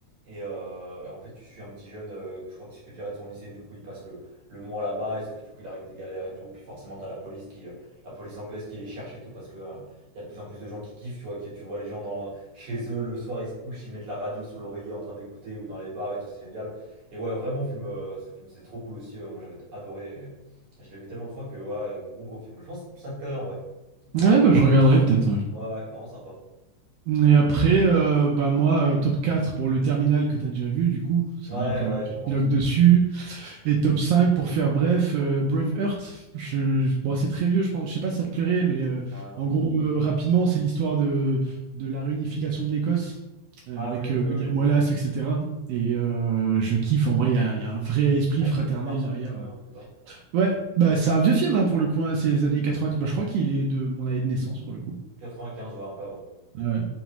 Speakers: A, on the right; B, on the right.
A: Et, euh, et en fait, tu suis un petit jeune, euh, que je crois qu'il s'est fait virer de son lycée, du coup, il passe le, le mois là-bas, et sauf que du coup, il arrive des galères et tout, puis forcément, t'as la police qui, euh, la police anglaise qui les cherche et tout, parce que, euh, il y a de plus en plus de gens qui kiffent, tu vois, qui, tu vois les gens dans chez eux le soir, ils se couchent, ils mettent la radio sous l'oreiller en train d'écouter ou dans les bars et tout, c'est génial. Et ouais, vraiment, film, euh, ce film, c'est trop cool aussi. euh, moi, j'avais adoré. et je l'ai vu tellement de fois que, ouais, bon gros film. Je pense que ça te plairait en vrai. Ça te plairait.
B: Ouais, bah, je regarderai peut-être.
A: Ouais, ouais, vraiment sympa.
B: ouais. Et après, euh, bah, moi, euh, top 4 pour le terminal que tu as déjà vu, du coup. C'est
A: Ouais,
B: vrai que
A: ouais,
B: j'épilogue
A: Tom Hanks. ouais,
B: dessus. Et top 5 pour faire bref, euh, Braveheart. Je, je- bon, c'est très vieux, je pense. Je sais pas si ça te plairait, mais euh,
A: Rien.
B: en gros, euh, rapidement, c'est l'histoire de, de la réunification de l'Écosse euh,
A: Ah
B: avec
A: oui, oui,
B: euh, William
A: oui.
B: Wallace, etc. Et euh, je kiffe. En vrai, il y a, il y a un vrai esprit
A: Il y
B: fraternel
A: a Sophie Marceau
B: derrière.
A: qui joue dedans
B: euh.
A: au débat.
B: Ouais, bah, c'est un vieux film hein, pour le coup. hein, c'est les années 90. Bah, je crois qu'il est de mon année de naissance pour le coup.
A: 95, ouais, un peu avant.
B: Ah Ouais.